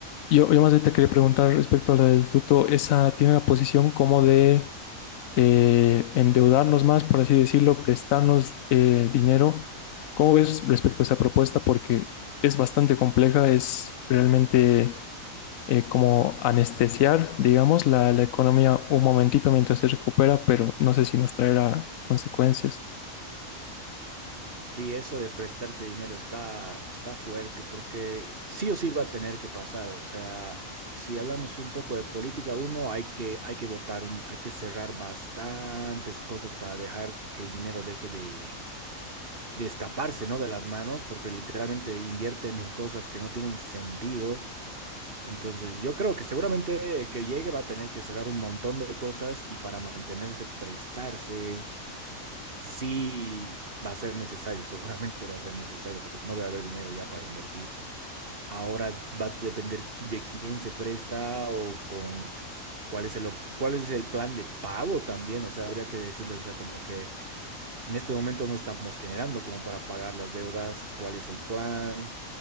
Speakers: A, on the left (about 75°); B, on the right (about 45°).
A: Yo, yo más bien te quería preguntar respecto a la del tuto, esa tiene una posición como de eh, endeudarnos más, por así decirlo, prestarnos eh, dinero. ¿Cómo ves respecto a esa propuesta? Porque es bastante compleja, es realmente eh, como anestesiar, digamos, la, la economía un momentito mientras se recupera, pero no sé si nos traerá consecuencias.
B: Sí, eso de prestarse dinero está, está fuerte porque sí o sí va a tener que pasar. O sea, si hablamos un poco de política, uno hay que, hay que votar, un- hay que cerrar bastantes cosas para dejar que el dinero deje de, de escaparse, ¿no? De las manos, porque literalmente invierten en cosas que no tienen sentido. Entonces, yo creo que seguramente el que llegue va a tener que cerrar un montón de cosas y para mantenerse, prestarse. Sí va a ser necesario, seguramente va a ser necesario, porque no debe haber dinero ya para invertir. Ahora va a depender qui- de quién se presta o con cuál es el, ob- cuál es el plan de pago también. O sea, habría que decirles, o sea, como que en este momento no estamos generando como para pagar las deudas, cuál es el plan,